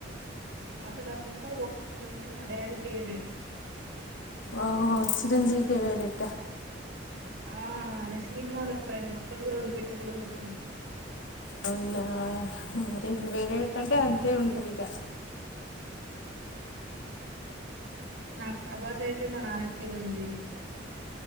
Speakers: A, on the right (about 80°); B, on the left (about 85°).
A: అసలు ఆ సినిమా కు పోకపోదుం గనీ మా డాడీ ఫేవరేట్
B: ఓహో చిరంజీవి ఫేవరెట్ ఆ
A: ఆ అయన సినిమాలు అసలు ఆయన ఒక్కటి కూడా వదిలిపెట్టే కూడా చూస్తడు
B: అవునా అదే ఫెవరేట్ అంటే అంతే ఉంటది ఇగ
A: నాకు ప్రభాస్ అయితే మ నానికి చిరంజీవి